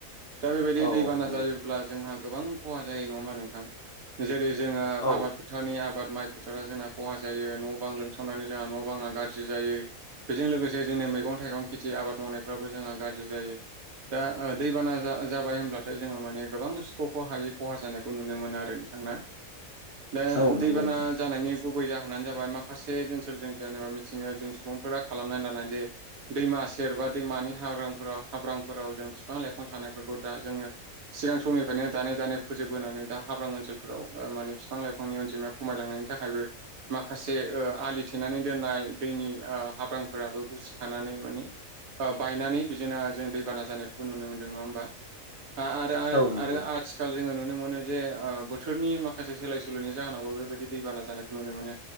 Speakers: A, on the right; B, on the left.
A: दा बेबायदि
B: औ
A: दैबाना
B: नंगौ
A: जायोब्ला जोंहा गोबां खहा जायो। नङोमा नोंथां? जेरै जोङो
B: औ
A: आबादफो थारनि आबाद माइ फोथारा जोंहा खहा जायो न' बां लोमसावनानै जोंहा न' बाङा गारज्रि जायो। बेजों लोगोसे जोंनि मैगं थाइगं खेथि आबाद मावनायफ्राबो जोंहा गारज्रि जायो। दा ओ दैबाना जा जाबाय होमब्लाथाय जोङो माने गोबां सुखख'खौ हायि खहा जानायखौ नुनो मोनो आरो नोंथां। ना? बे
B: औ
A: दैबाना
B: नंगौ
A: जानायनि गुबै जाहोनानो जाबाय माखासे ओनसोलजों जेनेबा मिथिङो जों सुबुंफोरा खालामनानै लानाय जे दैमा सेर बा दैमानि हाग्रांफोराव हाब्रांफोराव जों बिफां लाइफां थानायफोरखौ दा जोङो सिगां समनिफ्रायनो दानै दानै फोजोब बोनानै दा हाब्रां ओनसोलफोराव ओ माने फिफां लाइफांनि अनजिमाया खमायलांनायनि थाखायबो माखासे ओ आलि थेनानै दोननाय दैनि ओ हाब्रांफोराबो गिसि खानानै माने ओ बायनानै बेजोंना जों दैबाना जानायखौबो नुनो मोनदों नङा ओमबा? आ आरो आरो
B: औ नंगौ
A: आरो आथिखाल जोङो नुनो मोनो जे ओ बोथोरनि माखासे खासे सोलाय सोलनि जाहोनावबो बेबायदि दैबाना जानायखौ नुनो मोनो।